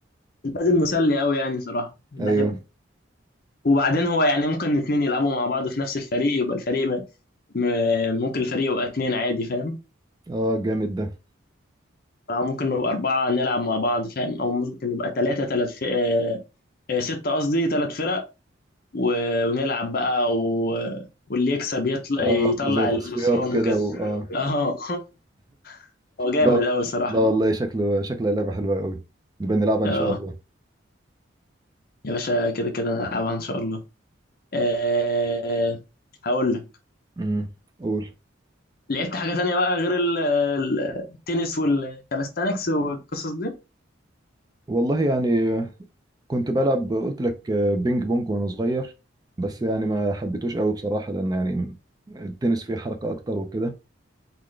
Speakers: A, on the left; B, on the right.
A: البادل مسلي قوي يعني صراحة بحبه
B: ايوه
A: وبعدين هو يعني ممكن اتنين يلعبوا مع بعض في نفس الفريق يبقى الفريق م... م... ممكن الفريق يبقى اتنين عادي فاهم
B: اه جامد ده
A: أو ممكن نبقى أربعة نلعب مع بعض فاهم أو ممكن نبقى تلاتة تلات ف... آه، آه، ستة قصدي تلات فرق و... ونلعب بقى و... واللي يكسب يطلع
B: اه
A: يطلع
B: زي تصفيات
A: الخسران
B: كده
A: وكده
B: و... اه
A: اه <laughs> هو جامد
B: لا
A: قوي صراحة
B: لا والله شكله شكلها لعبة حلوة قوي نبقى نلعبها
A: اه
B: ان شاء الله
A: يا باشا كده كده نلعبها إن شاء الله آه، هقول لك
B: امم قول
A: لعبت حاجة تانية بقى غير ال- ال- التنس والكالستانكس والقصص دي
B: والله يعني كنت بلعب قلت لك آه، بينج بونج وانا صغير بس يعني ما حبيتوش قوي بصراحة لان يعني التنس فيه حركة اكتر وكده